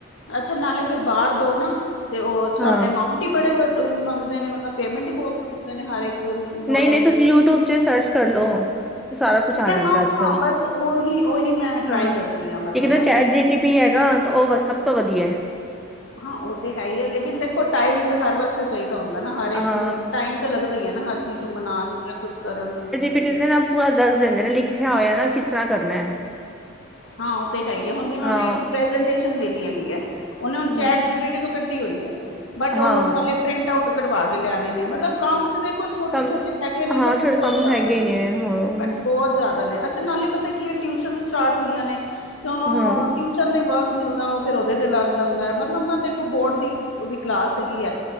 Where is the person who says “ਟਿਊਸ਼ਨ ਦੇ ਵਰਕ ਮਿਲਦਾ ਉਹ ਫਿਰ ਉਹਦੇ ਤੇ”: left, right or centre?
Left